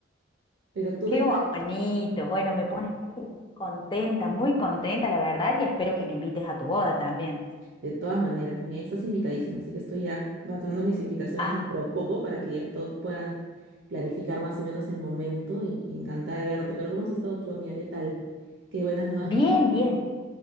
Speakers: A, on the right (about 55°); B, on the left (about 25°).
A: Pero tú,
B: Qué
A: ¿qué tal?
B: bonito. Bueno, me pone muy contenta, muy contenta, la verdad, y espero que me invites a tu boda también.
A: De todas maneras, mira, estás invitadísimo, así que estoy ya lanzando mis invitaciones
B: Ah,
A: dentro de poco para que ya todos puedan planificar más o menos el momento y, y encantada de verte. Pero ¿cómo has estado tú, amiga? ¿Qué tal? Qué buenas nuevas
B: Bien,
A: me cuentas.
B: bien.